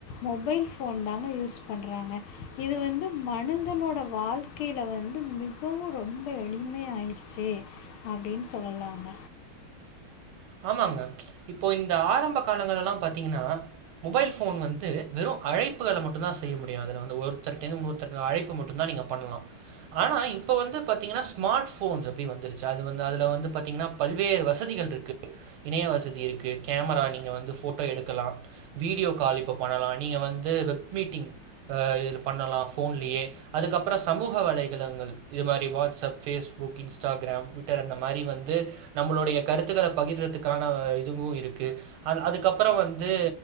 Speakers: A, on the left; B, on the right.
A: மொபைல் ஃபோன் தாங்க யூஸ் பண்றாங்க இது வந்து மனிதனோட வாழ்க்கைல வந்து மிகவு ரொம்ப எளிமை ஆயிர்ச் சு அப்டின் சொல்லலாங்க
B: ஆமாங்க இப்போ இந்த ஆரம்ப காலங்களல்லா பாத்தீங்கன்னா மொபைல் ஃபோன் வந்து வெறும் அழைப்புகள மட்டுந்தா செய்ய முடியு அதுல வந்து ஒருத்தர்ட்டர்ந்து இன்னோர்த்தருக் அழைப்பு மட்டுந்தா நீங்க பண்லா ஆனா இப்ப வந்து பாத்தீங்கனா ஸ்மாட் ஃபோன்ஸ் அப்டி வந்துருச்சு அது வந்து அதுல வந்து பாத்தீங்னா பல்வேறு வசதிகள்ருக்கு இணைய வசதி இருக்கு கேமரா நீங்க வந்து ஃபோட்டோ எடுக்கலா வீடியோ கால் இப்போ பண்ணலா நீங்க வந்து வெப் மீட்டிங் அ இதுல பண்ணலா ஃபோன்லியே அதுக்கப்றோ சமூக வலைதளங்கள் இது மாரி வாட்ஸ்அப், ஃபேஸ்புக், இன்ஸ்டாகிராம், ட்விட்டர் அந்த மாரி வந்து நம்மளுடைய கருத்துக்கள பகிர்றதுக்கான இதுவு இருக்கு அன் அதுக்கப்பறோ வந்து